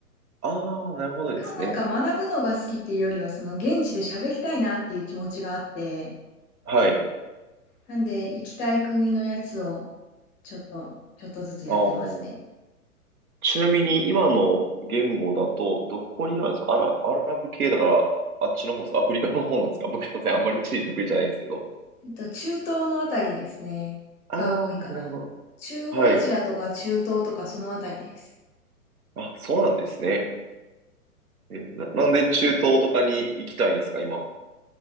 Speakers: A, on the right (about 70°); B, on the left (about 20°).
A: ああー、なるほどですね。
B: 基本なんか学ぶのが好きっていうよりは、その現地で喋りたいなっていう気持ちがあって、
A: はい。
B: なんで行きたい国のやつをちょっとちょっとずつやってますね。
A: ああ。ちなみに、今の言語だと、どこになるんですかアラ、アラブ系だから、あっちの方ですかアフリカの方なんですか <laughs> 僕、すいません。あんまり地理得意じゃないですけど。
B: えっと、中東のあたりですね、
A: ああ、
B: が多いかな。
A: なるほど。
B: 中央アジアとか中東とかそのあたりです。
A: はい。あ、そうなんですね。えーな、なんで中東とかに行きたいんですか今。